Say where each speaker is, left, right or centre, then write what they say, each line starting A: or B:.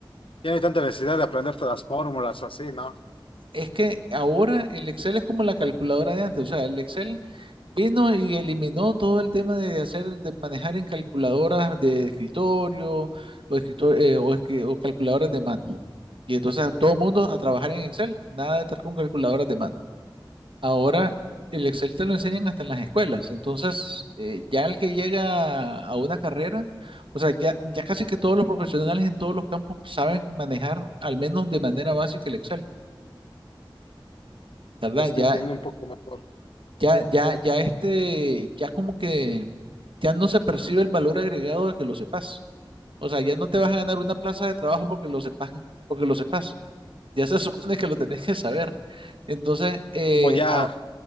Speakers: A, on the left; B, on the right.
A: ya no hay tanta necesidad de aprender todas las fórmulas o así, ¿no?
B: es que ahora el Excel es como la calculadora de antes. O sea, el Excel vino y eliminó todo el tema de hacer, de manejar en calculadoras de escritorio o, escritor- eh, o, escri- o calculadoras de mano. Y entonces a todo mundo a trabajar en Excel, nada de estar con calculadoras de mano. Ahora el Excel te lo enseñan hasta en las escuelas. Entonces, eh, ya el que llega a una carrera, o sea, ya, ya casi que todos los profesionales en todos los campos saben manejar al menos de manera básica el Excel, ¿verdad?
A: Te estoy
B: Ya,
A: entendiendo un poco mejor.
B: ya, ya, ya este, ya como que ya no se percibe el valor agregado de que lo sepas. O sea, ya no te vas a ganar una plaza de trabajo porque lo sepas, porque lo sepas. Ya se <laughs> supone que lo tenés que saber. Entonces, eh,
A: Como ya,
B: ah,